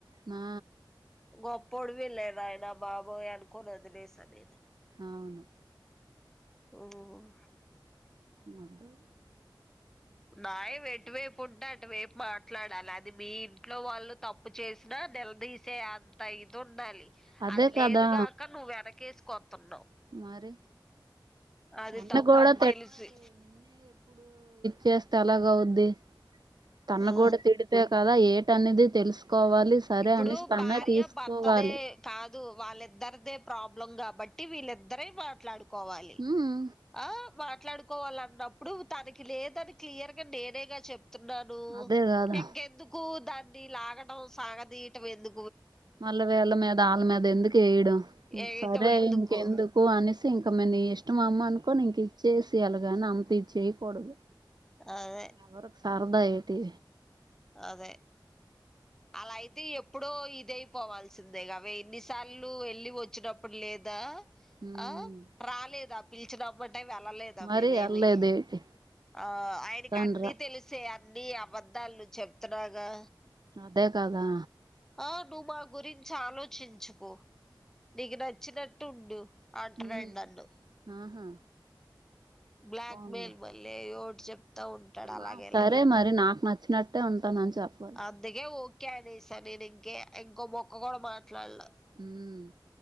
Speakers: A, on the right (about 60°); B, in the centre.
A: నా
B: గొప్పోడువేళే నాయనా బాబోయ్ అనుకోని వదిలేసా నేను
A: అవును
B: ఉమ్
A: మ్మ్ అంతే
B: న్యాయం ఎటువైపు ఉంటే అటు వైపు మాట్లాడాలి అది మీ ఇంట్లో వాళ్ళు తప్పు చేసినా నిలదీసే అంత ఇది ఉండాలి
A: అదే
B: అది
A: కదా
B: లేదుగాక నువ్వు వెనకేసుకొత్తున్నావ్
A: మరి
B: అది
A: తన్ను
B: తప్పని
A: కూడా
B: తెలిసి
A: చేస్తే అలాగ అవుద్ది తన్ను
B: ఆ
A: కూడా తిడితే కదా ఏటనేది తెలుసు కోవాలి సరే
B: ఇప్పుడు
A: అనేస్ తనే
B: భార్య
A: తీసుకోవాలి
B: భర్తదే కాదు వాళ్ళిద్దరిదే ప్రాబ్లం కాబట్టి వీళ్ళిద్దరే మాట్లాడు కోవాలి
A: ఉమ్
B: ఆ మాట్లాడుకోవాలన్నప్పుడు తనకి లేదని క్లియర్ గా నేనేగా చెప్ తున్నాను
A: అదే కదా
B: ఇంకెందుకు దాన్ని లాగడం సాగదీయటం ఎందు
A: మళ్ళా వేళ్ళ మీద ఆళ్ళ మీద ఎందుకు ఏయడం
B: వేయటం
A: ఇంక సరే
B: ఎందుకు
A: ఇంకెందుకు అని ఇంక మే నీ ఇష్టం అమ్మా అనుకోని ఇంకిచ్చేసి అలగాని అంతిచ్చేయకూడదు
B: అదే
A: ఎవరుకు సారదా ఏటి
B: అదే అలా అయితే ఎప్పుడో ఇదైపోవాల్సిందేగా వే ఇన్నిసార్లు వెళ్ళి వచ్చినప్పుడు లేదా
A: ఉమ్
B: ఆ రాలేదా పిలిచినబ్బడ్ టే వెళ్ళలేదా
A: మరి
B: మేమేమీ
A: వెళ్ళలేదు ఏటి
B: ఆ ఆయనకన్నీ
A: తండ్రా
B: తెలుసే అన్నీ అబద్దాలు చెప్తన్నాగా
A: అదే కదా
B: ఆ నువ్వు మా గురించి ఆలోచించకు నీకు నచ్చినట్టుండు అంట్రెండు
A: ఉమ్
B: నన్ను
A: ఆహా
B: బ్లాక్
A: పోన్లే
B: మెయిల్ మళ్ళీ ఏగో ఓటి చెప్తా ఉంటాడు అలాగిలాగే
A: ఆ సరే
B: అని
A: మరి నాకు నచ్చినట్టే ఉంటానని చెప్పాల్సి
B: అందుకే ఓకే అనీసా నేను ఇంకే ఇంకో ముక్క కూడా మాట్లాడలా
A: ఉమ్